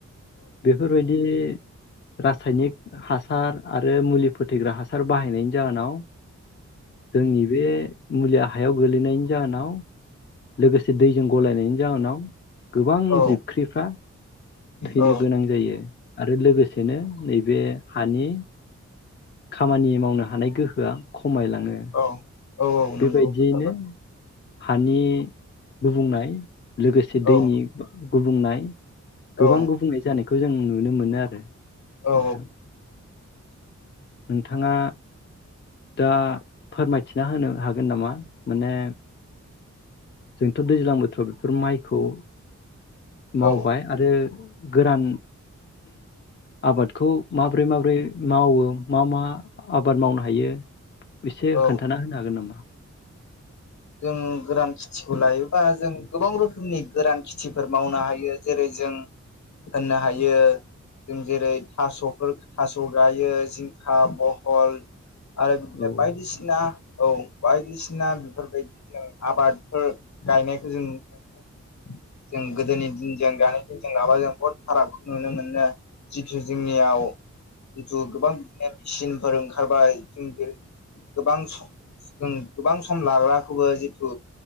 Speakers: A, on the left; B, on the left.
A: बेफोरबायदि रासायनिक हासार आरो मुलि फोथैग्रा हासार बाहायनायनि जाहोनाव जोंनि बे मुलिया हायाव गोलैनायनि जाहोनाव लोगोसे दैजों गलायनाय जावनाव गोबां
B: औ
A: जिबख्रिफ्रा थैनो
B: औ
A: गोनां जायो आरो लोगोसेनो नैबे हानि खामानि मावनो हानाय गोहोआ खमायलाङो
B: औ औ नंगौ
A: बेबायदियैनो
B: थार बाथ्रा
A: हानि गुबुंनाय लोगोसे
B: औ
A: दैनि गुबुंनाय गोबां
B: औ
A: गुबुंनाय जानिख खौ जों नुनो मोनो आरो।
B: औ
A: नोंथां। नोंथाङा दा फोरमायथिना होनो हागोन नामा माने जोंथ' दैज्लां बोथोराव बेफोर माइखौ मावबाय
B: औ
A: आरो। गोरान आबादखौ माब्रै माब्रै मावो मा मा आबाद मावनो हायो एसे
B: औ
A: खोन्थाना होनो हागोन नामा
B: जों गोरान खेथिखौ लायोबा जों गोबां रोखोमनि गोरान खेथिफोर मावनो हायो जेरै जों होननो हायो जों जेरै थास'फोर थास' गायो जिंखा बहल आओद
A: औ
B: बायदिसिना औ बायदिसिना बेफोरबायदि जों आबादफोर गायनायखौ जों नुनो मोनो जों गोदोनि दिनजों दानि दिनजों लाबा जों बहुद फारागखौ नुनो मोनो जिथु जोंनियाव जिथु गोबां मेचिनफोर ओंखारबाय जों गोबां सम जों गोबां सम लाग्रा खौबो जिथु